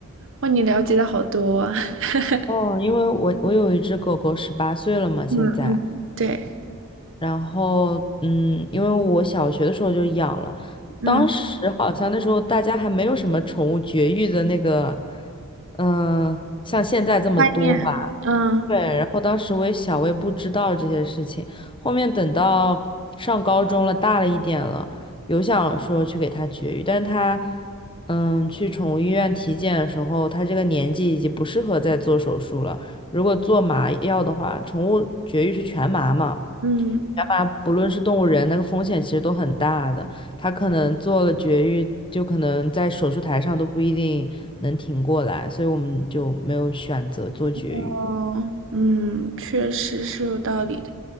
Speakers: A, on the right; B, on the left.
A: 哇，你了解的好多啊。<laughs>
B: 哦，因为我我有一只狗狗，十八岁了嘛，现在，
A: 嗯嗯，对，
B: 然后嗯，因为我小学的时候就养了，
A: 嗯，
B: 当时好像那时候大家还没有什么宠物绝育的那个，嗯、像现在这么多吧。
A: 观念，嗯
B: 对，然后当时我也小，我也不知道这些事情。后面等到上高中了，大了一点了，有想说去给他绝育，但是他，嗯，去宠物医院体检的时候，他这个年纪已经不适合再做手术了。如果做麻药的话，宠物绝育是全麻嘛，
A: 嗯，
B: 全麻不论是动物人，那个风险其实都很大的。他可能做了绝育，就可能在手术台上都不一定能挺过来，所以我们就没有选择做绝育。
A: 哦，嗯，确实是有道理的。